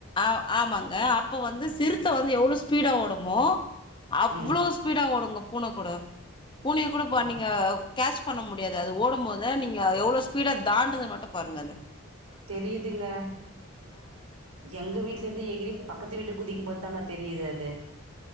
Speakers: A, on the left; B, on the right.
A: அ ஆமாங்க அப்ப வந்து சிறுத்த வந்து எவ்ளோ ஸ்பீடா ஓடுமோ அவ்ளோ
B: ம்
A: ஸ்பீடா ஓடுங்க பூன கூட பூனிய குடுப்பா
B: ஓ
A: நீங்க கேச் பண்ண முடியாது அது ஓடும் போதே நீங்க எவ்ளோ ஸ்பீடா தாண்டுது மட்டு பாருங்க அத
B: தெரிதுங்க எங்க வீட்ல இருந்தே ஏகிரி பக்கத்து வீட்டு குதிக் போதாங்க தெரிது அது